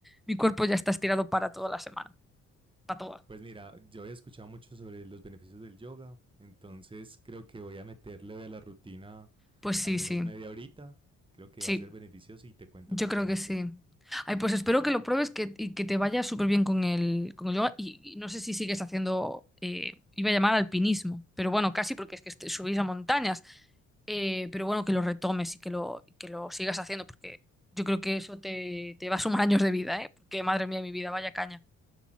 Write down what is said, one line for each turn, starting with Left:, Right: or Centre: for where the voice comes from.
Centre: mi cuerpo ya está estirado para toda la semana, para toda.
Right: Pues mira, yo había escuchado mucho sobre los beneficios del yoga, entonces creo que voy a meterle de la rutina
Centre: Pues sí,
Right: al menos
Centre: sí,
Right: media horita. Creo que
Centre: sí.
Right: va a ser beneficioso y te cuento
Centre: Yo
Right: qué
Centre: creo
Right: tal
Centre: que
Right: me
Centre: sí.
Right: fue.
Centre: Ay, pues espero que lo pruebes que, y que te vaya súper bien con el, con el yoga. Y, y no sé si sigues haciendo, eh, iba a llamar alpinismo, pero bueno, casi porque es que este- subís a montañas. Eh, pero bueno, que lo retomes y que lo, y que lo sigas haciendo, porque yo creo que eso te, te va a sumar <laughs> años de vida, ¿eh? Porque madre mía, mi vida, vaya caña.